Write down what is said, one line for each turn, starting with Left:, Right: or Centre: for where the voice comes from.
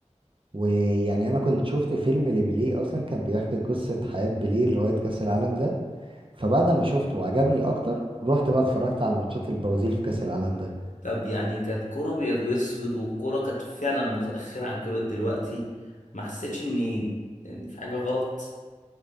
Right: ويعني أنا كنت شفت فيلم لبيليه أصلا كان بيحكي قصة حياة بيليه لغاية كأس العالم ده فبعد ما شفته وعجبني أكتر رحت بقى اتفرجت على ماتشات البرازيل في كأس العالم ده
Left: طب يعني كانت كرة ابيض واسود والكرة كانت فعلا متاخره عن كرة دلوقتي ما حسيتش اني ان في حاجه غلط